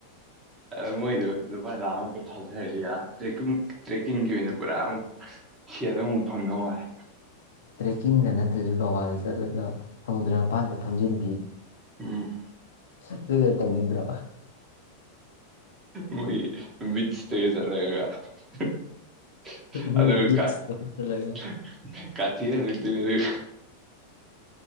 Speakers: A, on the right; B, on the left.
A: ꯑ ꯃꯣꯏꯗꯨ ꯂꯨꯄꯥ ꯂꯥ ꯑꯝ ꯃꯨꯛꯀ ꯊꯥꯗꯔꯤ ꯌꯥ ꯇ꯭ꯔꯀꯤꯡ ꯇ꯭ꯔꯦꯛꯀꯤꯡꯒꯤ ꯑꯣꯏꯅ ꯄꯨꯔꯥ ꯑꯃꯨꯛ ꯁꯦꯠ ꯑꯃꯃꯨꯛ ꯐꯪꯅ ꯋꯥꯏ
B: ꯀꯤꯡꯒ ꯅꯠꯇ꯭ꯔꯁꯨ ꯒꯋꯥꯗ ꯆꯠꯂꯒ ꯁꯃꯨꯗ꯭ꯔ ꯃꯄꯥꯟꯗ ꯐꯝꯖꯟꯕꯤ
A: ꯎꯝ
B: ꯗꯨꯗꫭ ꯑꫭꯏꯅ ꯇꯧꯅꯤꯡꯗ꯭ꯔꯣ
A: ꯃꯣꯏ ꯕꯤꯠꯆꯇꯒ ꯆꯠꯂꯒ ꯍꯍ
B: ꯃꯣꯏ
A: ꯑꯗꯨꯒ
B: ꯕꯤꯆꯇ
A: ꯀꯥ ꯍꯍꯍ
B: ꯆꯠꯂꯒ
A: ꯀꯥꯊꯦꯛꯑꯒ ꯍꯜꯂꯛꯊꫭꯏꯅꯤ ꯑꯗꯨ <inaudible>